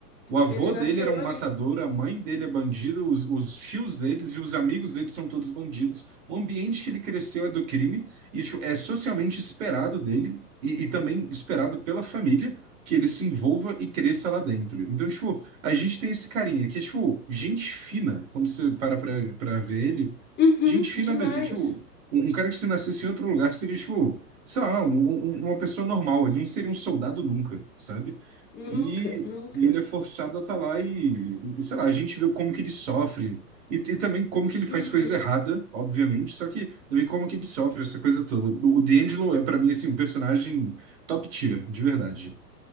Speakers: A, on the right (about 55°); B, on the left (about 20°).
A: O avô
B: Ele nasceu
A: dele era um matador,
B: ali.
A: a mãe dele é bandido, os, os tios deles e os amigos deles são todos bandidos. O ambiente que ele cresceu é do crime e tipo, é socialmente esperado dele e, e também esperado pela família que ele se envolva e cresça lá dentro. Então, tipo, a gente tem esse carinha que é, tipo, gente fina, quando você para pra, pra ver ele,
B: Uhum,
A: gente
B: demais.
A: fina mesmo. Tipo, um, um cara que se nascesse em outro lugar seria, tipo, sei lá, um- um- uma pessoa normal, ele não seria um soldado nunca, sabe?
B: Nunca,
A: E,
B: nunca.
A: e ele é forçado a estar lá e, e, sei lá, a gente vê como que ele sofre. E, e também como que ele faz
B: Uhum.
A: coisas erradas, obviamente, só que também como que ele sofre essa coisa toda. O, o D'Angelo é, pra mim, assim, um personagem top tier, de verdade.